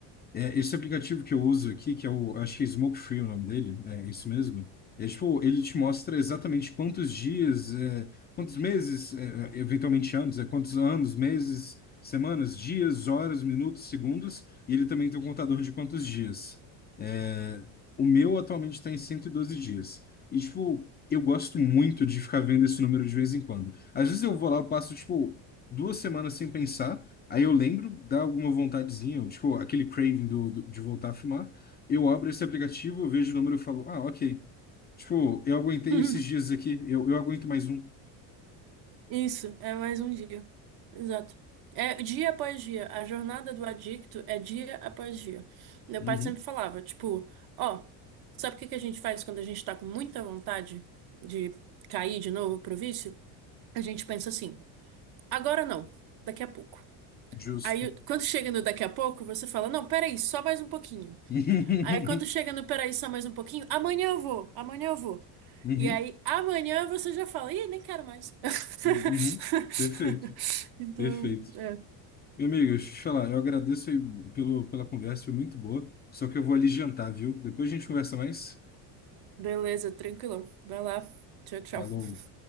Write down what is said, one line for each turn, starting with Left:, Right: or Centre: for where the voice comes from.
Left: É, esse aplicativo que eu uso aqui, que é o, acho que é Smoke Free o nome dele, é isso mesmo. É tipo, ele te mostra exatamente quantos dias, é, quantos meses, é, é, eventualmente anos, é quantos anos, meses, semanas, dias, horas, minutos, segundos, e ele também tem um contador de quantos dias. É, o meu atualmente está em 112 dias. E tipo, eu gosto muito de ficar vendo esse número de vez em quando. Às vezes eu vou lá, eu passo tipo duas semanas sem pensar. Aí eu lembro, dá alguma vontadezinha, tipo, aquele craving do, do- de voltar a fumar. Eu abro esse aplicativo, eu vejo o número e falo, ah, ok. Tipo, eu aguentei
Right: <laughs>
Left: esses dias aqui, eu, eu aguento mais um.
Right: Isso, é mais um dia. Exato. É dia após dia. A jornada do adicto é dia após dia. Meu
Left: Uhum,
Right: pai sempre falava, tipo, ó, sabe o que que a gente faz quando a gente tá com muita vontade de cair de novo pro vício? A gente pensa assim, agora não, daqui a pouco.
Left: justo.
Right: Aí, quando chega no daqui a pouco, você fala, não, peraí, só mais um pouquinho.
Left: <laughs>
Right: Aí quando chega no peraí, só mais um pouquinho, amanhã eu vou, amanhã eu vou.
Left: Uhum,
Right: E aí amanhã você já fala, ih, nem quero mais. <laughs>
Left: uhum. Perfeito,
Right: Então,
Left: perfeito.
Right: é,
Left: Meu amigo, deixa eu te falar, eu agradeço aí pelo, pela conversa, foi muito boa. Só que eu vou ali jantar, viu? Depois a gente conversa mais.
Right: beleza, tranquilão. Vai lá. Tchau, tchau.
Left: Falou.